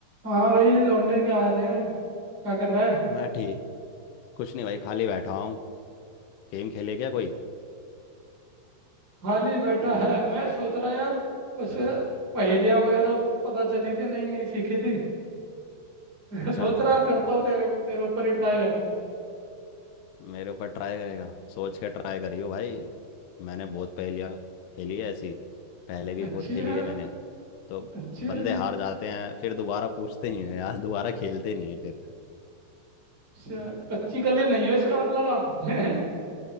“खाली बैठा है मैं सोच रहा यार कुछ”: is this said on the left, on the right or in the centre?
Right